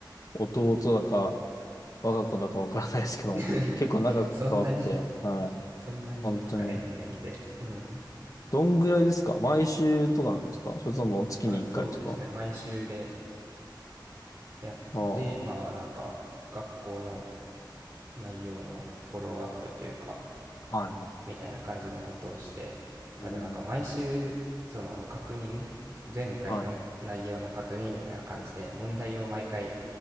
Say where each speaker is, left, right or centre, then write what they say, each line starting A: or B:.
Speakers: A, on the left; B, on the right.
A: う、弟だか、我が子だかわからないですけど、
B: <laughs>
A: <laughs> 結構長く関わって、
B: そんなに、
A: はい。
B: そんなにですかね、
A: 本当に。
B: 2年って。うん。
A: どんぐらいですか毎週とかなんですかそれとも月に1回とか
B: まあ、そうですね。毎週でやって、
A: ああ
B: まあなんか学校の内容のフォローアップというか、
A: はいはい。
B: みたいな感じのことをして、
A: うん。
B: まあでもなんか毎週、その確認、前回の内容の確認みたいな感じで問題を毎回
A: はい、